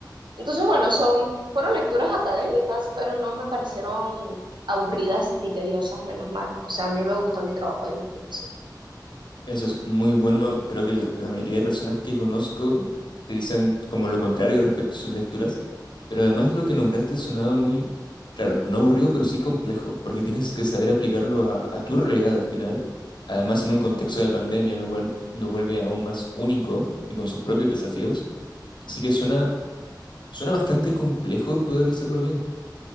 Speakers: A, on the right; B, on the left.
A: Entonces, bueno, son, fueron lecturas académicas, pero no me parecieron aburridas ni tediosas, menos mal. O sea, a mí me gustó mi trabajo de investigación.
B: Eso es muy bueno. Creo que la mayoría de personas que conozco te dicen como lo contrario respecto a sus lecturas, pero además lo que nombraste sonaba muy, claro, no aburrido, pero sí complejo, porque tienes que saber aplicarlo a, a tu realidad al final, además en un contexto de pandemia, lo cual lo vuelve aún más único y con sus propios desafíos. Así que suena, suena bastante complejo el poder hacerlo bien.